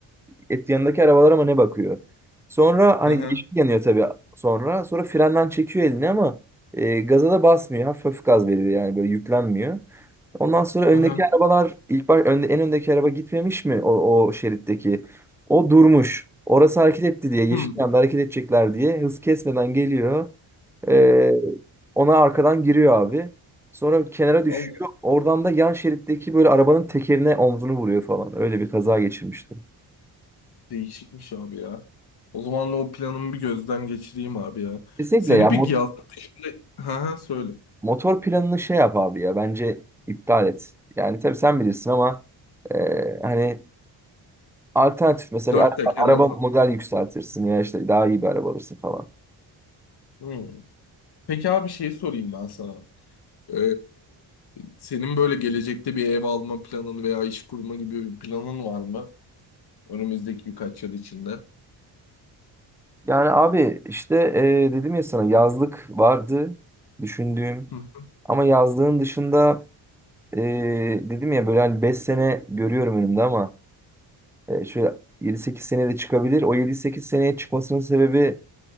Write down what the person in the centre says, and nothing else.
et yanındaki arabalara mı ne bakıyor? Sonra hani
yeşil yanıyor tabii sonra. Sonra frenden çekiyor elini ama e, gaza da basmıyor. Hafif hafif gaz veriyor yani böyle yüklenmiyor. Ondan sonra öndeki
arabalar ilk baş, önde, en öndeki araba gitmemiş mi o, o şeritteki? O durmuş. Orası hareket etti diye yeşil
yanda hareket edecekler diye hız kesmeden geliyor. Ee, ona arkadan giriyor abi. Sonra kenara düşüyor.
Oradan da yan şeritteki böyle arabanın tekerine omzunu vuruyor falan. Öyle bir kaza geçirmişti.
Kesinlikle
ya
mot-
motor planını şey yap abi ya bence iptal et. Yani tabii sen bilirsin ama e, hani alternatif mesela
bir araba,
araba
model yükseltirsin ya işte daha iyi bir araba alırsın falan.
Yani abi işte e, dedim ya sana yazlık vardı düşündüğüm
ama yazlığın dışında e, dedim ya böyle hani 5 sene görüyorum önümde ama e, şöyle yedi sekiz seneye de çıkabilir. O yedi sekiz seneye çıkmasının sebebi